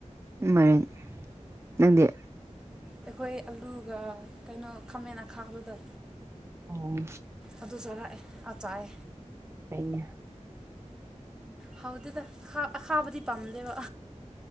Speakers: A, on the right; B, in the centre.
A: ꯃꯏꯅ ꯅꯪꯗꯤ꯫
B: ꯑꯩꯈꯣꯏ ꯑꯂꯨꯒ ꯀꯩꯅꯣ ꯈꯥꯃꯦꯟ ꯈꯥꯕꯗꯣ
A: ꯑꯣꯝ
B: ꯑꯗꯨ ꯆꯥꯔꯛꯑꯦ ꯑꯥ ꯆꯥꯏ꯫
A: ꯐꯩꯅꯦ꯫
B: ꯍꯥꯎꯗꯦꯗ ꯑꯈꯥꯕꯗꯤ ꯄꯥꯝꯗꯦꯕ